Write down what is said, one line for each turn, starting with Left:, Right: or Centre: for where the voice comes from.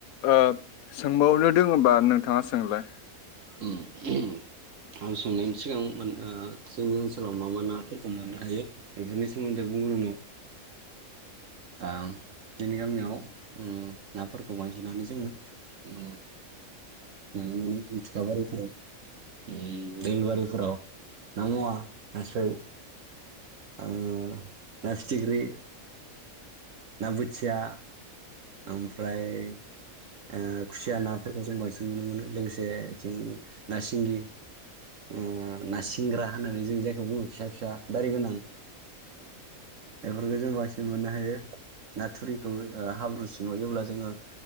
Left: ओ सोंबावनो दङ होनबा नोंथाङा सोंलाय।
Right: उम उम आं सोंनायनि सिगां माने जोंनि ओनसोलाव मा मा नाफोरखौ मोननो हायो बेफोरनि सोमोन्दै बुंग्रनो आ जोंनि गामियाव उम नाफोरखौ बांसिनानो जों उम उम मेथखा बारिफोराव उम दोलबारिफोराव ना मावा नास्रै ओ ना फिथिख्रि ना बोथिया ओमफ्राय ओ खुसिया नाफोरखौ जों बांसिन नुनो मोनो लोगोसे जों ना सिंगि। ओ ना सिंग्रा होननानै जों जायखौ बुङो फिसा फिसा दारि गोनां। बेफोरखौ जों बांसिन मोननो हायो ना थुरिखौ हाब्रु सिङाव जेब्ला जोङो